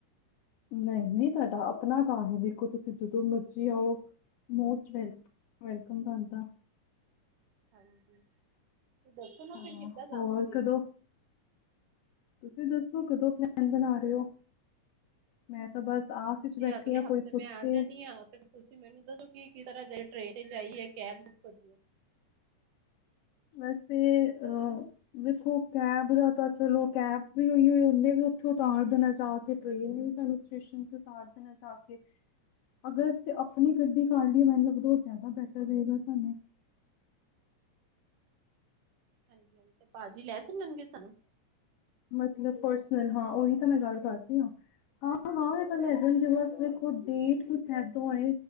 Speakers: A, on the left; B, on the right.
A: ਨਹੀਂ, ਨਹੀਂ ਤੁਹਾਡਾ ਆਪਣਾ ਘਰ ਹੈ, ਦੇਖੋ ਤੁਸੀਂ ਜਦੋਂ ਮਰਜ਼ੀ ਆਓ। ਮੋਸਟ ਵੈਲ ਵੈਲਕਮ ਬਣਦਾ।
B: ਹਾਂਜੀ, ਦੱਸੋ ਨਾ
A: ਹਾਂ
B: ਫਿਰ ਕਿੱਦਾਂ ਜਾਵਾਂਗੇ?
A: ਹੋਰ ਕਦੋਂ ਤੁਸੀਂ ਦੱਸੋ, ਕਦੋਂ ਪਲੈਨ ਬਣਾ ਰਹੇ ਹੋ? ਮੈਂ ਤਾਂ ਬਸ ਆਸ ਵਿੱਚ
B: ਤੁਸੀਂ
A: ਬੈਠੀ
B: ਅਗਲੇ
A: ਹਾਂ,
B: ਹਫ਼ਤੇ
A: ਕੋਈ ਪੁਛੇ
B: ਮੈਂ ਆ ਜਾਂਦੀ ਹਾਂ ਤੇ। ਤੁਸੀਂ ਮੈਨੂੰ ਦੱਸੋ ਕਿ ਕੀ ਕਿਸ ਤਰਹ ਜਾਈਏ? ਟ੍ਰਰੇਨ ਤੇ ਜਾਈਏ, ਕੈਬ ਬੁੱਕ ਕਰੀਏ।
A: ਵੈਸੇ ਅਹ। ਦੇਖੋ, ਕੈਬ ਦਾ ਤਾਂ ਚਲੋ ਕੈਬ ਵੀ ਓਇਓ ਹੋਈ, ਉਹਨੇ ਵੀ ਉੱਥੋਂ ਤਾਰ ਦੇਣਾ, ਜਾ ਕੇ ਟ੍ਰੇਨ ਨੇ ਵੀ ਸਾਨੂੰ। ਕ੍ਰਿਸ਼ਨ ਤੋਂ ਸਾਧ ਦੇ ਨਾਲ ਜਾ ਕੇ। ਅਗਰ ਅਸੀਂ ਆਪਣੀ ਗੱਡੀ ਕਰ ਲਈਏ, ਮੈਨੂੰ ਲੱਗਦਾ, ਉਹ ਜ਼ਿਆਦਾ ਬੈਟਰ ਰਹੇਗਾ ਸਾਨੂੰ
B: ਹਾਂਜੀ, ਹਾਂਜੀ ਤੇ ਭਾਜੀ ਲੈ ਚੱਲਣਗੇ ਸਾਨੂੰ,?
A: ਮਤਲਬ ਪਰਸਨਲ ਹਾਂ, ਉਹੀ ਤਾਂ ਮੈਂ ਗੱਲ ਕਰਦੀ ਹਾਂ। ਹਾਂ, ਹਾਂ ਇਹ ਤਾਂ ਲੈ ਜਾਣਗੇ, ਬਸ ਦੇਖੋ ਡੇ, ਟ ਕੁਛ ਇਦੋਂ ਆ।